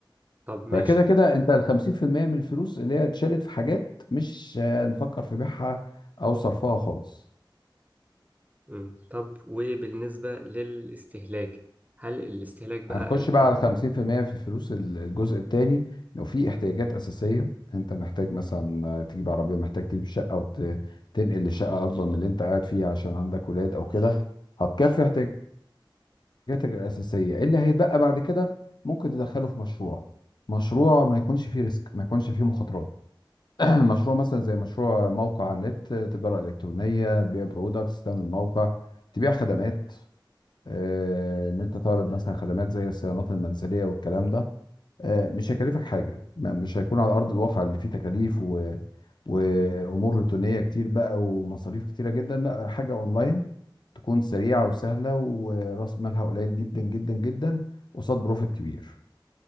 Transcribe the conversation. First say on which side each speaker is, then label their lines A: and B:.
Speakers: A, on the right (about 20°); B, on the left (about 60°).
A: طب ماشي
B: فكده كده انت ال 50% من الفلوس اللي هي اتشالت في حاجات مش هنفكر في بيعها او صرفها خالص
A: مم. طب وبالنسبة للاستهلاك هل الاستهلاك بقى
B: هنخش
A: أنت
B: بقى على 50% في المية في الفلوس ال- الجزء الثاني لو في احتياجات أساسية انت محتاج مثلا تجيب عربية محتاج تجيب شقة وتنقل لشقة أكبر من اللي انت قاعد فيها عشان عندك ولاد أو كده هتكفي احتياجاتك الأساسية اللي هيتبقى بعد كده ممكن تدخله في مشروع مشروع ما يكونش فيه ريسك ما يكونش فيه مخاطرات <clears throat> مشروع مثلا زي مشروع موقع على النت تجارة إلكترونية تبيع برودكتس تعمل موقع تبيع خدمات آه، ان انت تعرض مثلا خدمات زي الصيانات المنزليه والكلام ده آه، مش هيكلفك حاجه ما- مش هيكون على ارض الواقع اللي فيه تكاليف و... وامور روتينيه كتير بقى ومصاريف كتيره جدا لا حاجه اونلاين تكون سريعه وسهله وراس مالها قليل جدا جدا جدا قصاد بروفيت كبير